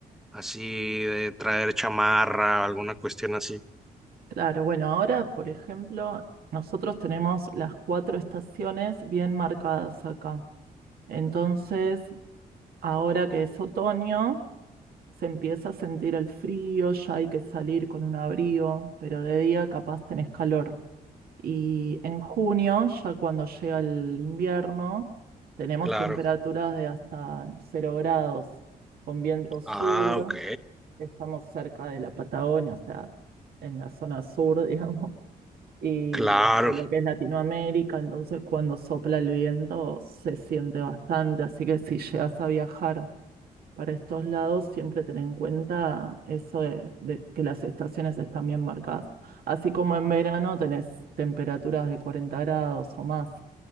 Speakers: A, in the centre; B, on the right.
A: así de traer chamarra, alguna cuestión así.
B: claro, bueno, ahora, por ejemplo, nosotros tenemos las cuatro estaciones bien marcadas acá. Entonces, ahora que es otoño, se empieza a sentir el frío, ya hay que salir con un abrigo, pero de día capaz tenés calor. Y en junio, ya cuando llega el invierno, tenemos
A: Claro.
B: temperaturas de hasta cero grados, con viento sur.
A: Ah, ok.
B: Estamos cerca de la Patagonia, o sea, en la zona sur, <laughs> digamos, y
A: Claro.
B: de lo que es Latinoamérica, entonces cuando sopla el viento se siente bastante, así que si llegas a viajar para estos lados, siempre ten en cuenta eso de, de que las estaciones están bien marcadas. Así como en verano tenés temperaturas de 40 grados o más.